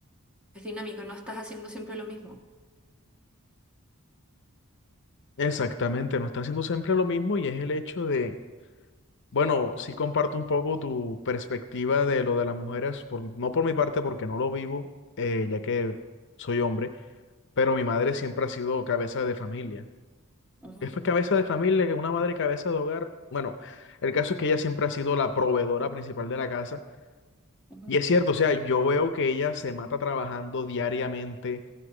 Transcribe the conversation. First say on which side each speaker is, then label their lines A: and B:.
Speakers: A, in the centre; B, on the left (about 55°).
A: es dinámico, no estás haciendo siempre lo mismo.
B: Exactamente, no está haciendo siempre lo mismo y es el hecho de, bueno, sí comparto un poco tu perspectiva de lo de las mujeres, por, no por mi parte porque no lo vivo, eh, ya que soy hombre, pero mi madre siempre ha sido cabeza de familia.
A: Ujú,
B: Es pues cabeza de familia, que una madre cabeza de hogar. Bueno, el caso es que ella siempre ha sido la proveedora principal de la casa
A: ujú,
B: Y es cierto, o sea, yo veo que ella se mata trabajando diariamente.